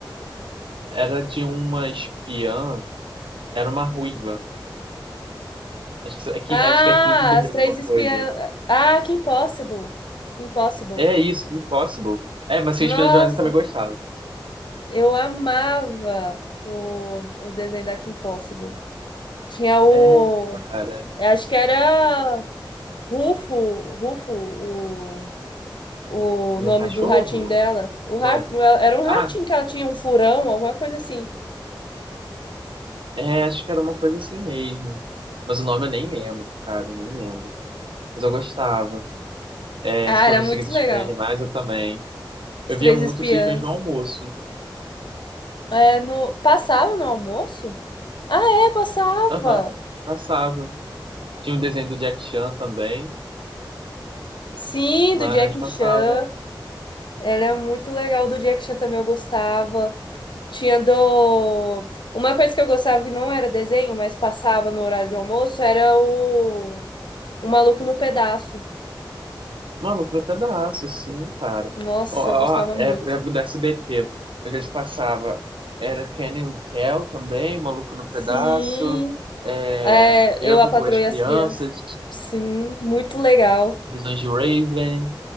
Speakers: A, on the right; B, on the left.
A: Era de uma espiã, era uma ruiva. Acho que, é Kim-
B: Ah,
A: acho que é Kimberly
B: as
A: alguma
B: três espiãs.
A: coisa.
B: Ah, que Impossible. Que Impossible.
A: É isso, Kim Possible. É, mas
B: Nossa,
A: Seis Espiãs Demais eu também gostava.
B: eu amava o, o desenho da Kim Possible. Tinha o.
A: É, cara,
B: eu Acho que era Rufo, Rufo, o, o
A: de
B: nome
A: um cachorro?
B: do ratinho dela. O
A: Não.
B: ra- era um
A: Ah,
B: ratinho que ela tinha, um furão, alguma coisa assim.
A: é, acho que era uma coisa assim mesmo. Mas o nome eu nem lembro, cara, eu nem lembro. Mas eu gostava. É,
B: Ah,
A: se for
B: era
A: dos
B: muito
A: Seis Espiãs
B: legal.
A: Demais, eu também.
B: Os
A: Eu
B: Três
A: via muito
B: Espiãs.
A: Seis Espiãs no almoço.
B: É, no, passava no almoço? Ah, é, passava.
A: Aham, passava. Tinha um desenho do Jack Chan também,
B: Sim,
A: mas
B: do Jack
A: passava.
B: Chan. Era muito legal do Jack Chan também, eu gostava. Tinha do. Uma coisa que eu gostava que não era desenho, mas passava no horário do almoço, era o, o Maluco no Pedaço.
A: Não, lucrou pedaço, sim, cara.
B: Nossa,
A: Ó,
B: eu gostava
A: ó,
B: muito.
A: é, eu lembro do SBT. Às vezes passava. Era Kenny e Kel também, Maluco no
B: Sim,
A: Pedaço. É,
B: é,
A: eu
B: eu
A: é
B: a
A: para
B: Patroa
A: duas
B: e
A: crianças.
B: as Crianças. Sim, muito legal.
A: Visões de Raven.